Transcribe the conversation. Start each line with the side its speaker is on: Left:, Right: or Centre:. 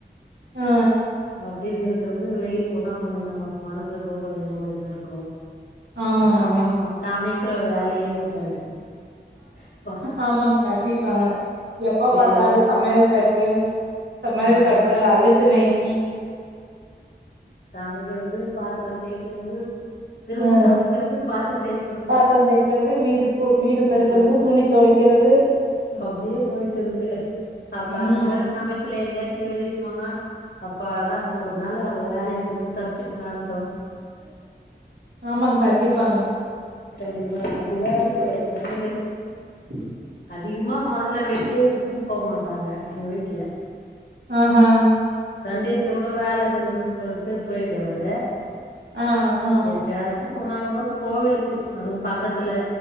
Right: அ
Left: அப்டின் இருக்கறது வெளிய போனா கொஞ்ச நம்ம மனசுக்கு கொஞ்ச நிம்மதியா இருக்கு
Right: ஆமாங்க
Left: சாமைக்
Right: ஆமாங்க
Left: சமைக்கிற வேலயே இருக்காது அப்பா
Right: ஆமாங்க கண்டிப்பாங்க எப்ப பாத்தாலு
Left: எங்கேயாச்சு
Right: ச சமையல் கட்டு சமையல்
Left: ஆமா
Right: கட்டு அழுக்கு நைட்டி
Left: சமைக்கிறது பாத்தரோ தேய்க்கிறது திரும்ப
Right: அ
Left: சமைக்கிறது பாத்திரோ தேய்க்கிறது
Right: பாத்தரோ தேய்க்கறது வீடுக்கூ வீடு பெருக்கறது
Left: ஆ
Right: துணி தொவை க்கிறது
Left: அப்டியே போயிட்டு இருக்கு அப்ப
Right: ம்
Left: அந்த மாரி சமயத்துல எங்கயாச்சு வெளிய போனா அப்பாடா ஒரு நாள் அவ வேலையில இருந்து தப்ச்சுட்டண்டா தோ
Right: ஆமாங் கண்டிப்பாங்
Left: கண்டிப்பா அப்டி தா இருக்கு எப்போமே எனக்
Right: <inaudible>
Left: அதிகமா முதல்ல வெளியே இட்னு போ மாட்டாங்க எங்க வீட்ல
Right: ஆ ஆ
Left: சன்டேஸ்ல கூட வேல இருக்குதுன்னு சொல்டு போய்டுவாரு
Right: அ அ
Left: எப்யாச்சு போனா கூட கோவிலுக்கு அதுவோ பக்கத்துல